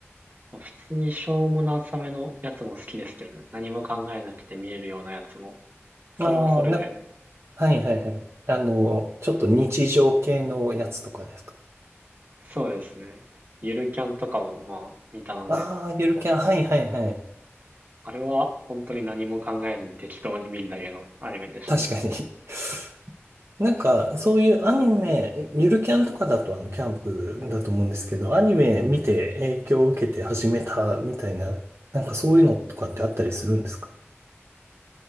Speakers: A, on the right; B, on the right.
A: 普通にしょうもなさめのやつも好きですけどね。何も考えなくて見れるようなやつも。それはそれで。
B: ああ、な、はいはいはい。あの、ちょっと日常系のやつとかですか
A: そうですね。ゆるキャンとかもまあ見たので、
B: ああー、ゆるキャン、はいはいはい。
A: あれは本当に何も考えずに適当に見るだけのアニメでしたね。
B: 確かに <laughs> なんか、そういうアニメ、ゆるキャンとかだとあの、キャンプだと思うんですけど、アニメ見て影響を受けて始めたみたいな、なんかそういうのとかってあったりするんですか